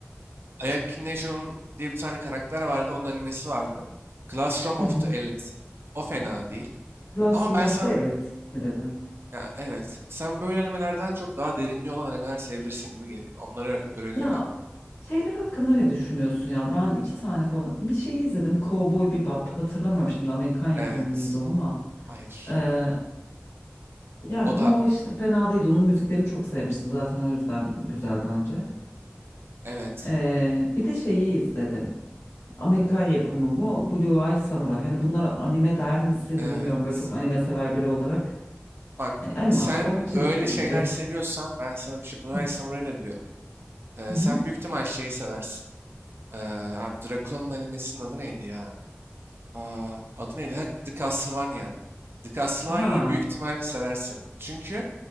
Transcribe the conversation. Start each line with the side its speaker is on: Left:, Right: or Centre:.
Right: Ayaki Neju'nun diye bir tane karakter vardı. Onun animesi vardı. Classroom
Left: Hı
Right: of
Left: hı.
Right: the Elite. O fena değil.
Left: Classroom
Right: Ama ben
Left: of
Right: sana
Left: the Elite mi dedin?
Right: Ya evet. Sen böyle animelerden çok daha derinliği olan animeler sevebilirsin gibi geliyor. Onlara göre öneriler
Left: Ya
Right: yapalım.
Left: şeyler hakkında ne düşünüyorsun ya? Ben iki tane falan bir şey izledim. Cowboy Bebop. Hatırlamıyorum şimdi Amerikan yapımı
Right: Evet.
Left: mıydı o ama.
Right: Hayır.
Left: Ee, yani
Right: O
Left: o
Right: da
Left: işte fena değildi. Onun müziklerini çok sevmiştim zaten o yüzden güzel bence.
Right: evet.
Left: Ee, bir de şeyi izledim. Amerikan yapımı bu. Blue Eye Samurai. Hani bunlara anime der misin
Right: Evet.
Left: bilmiyorum böyle çok anime sever biri olarak.
Right: Bak
Left: Hani animasyon
Right: sen
Left: çizgi
Right: öyle şeyler
Left: dizi.
Right: seviyorsan ben sana bir şey... Bunai
Left: Hı hı.
Right: Samurai'ı da biliyorum. Ee,
Left: hı.
Right: sen büyük ihtimal şeyi seversin. Ee, abi Dracula'nın animesinin adı neydi ya? Aa, adı neydi? Ha, The Castlevania. The Castlevania'yı
Left: Ha.
Right: büyük ihtimalle seversin. Çünkü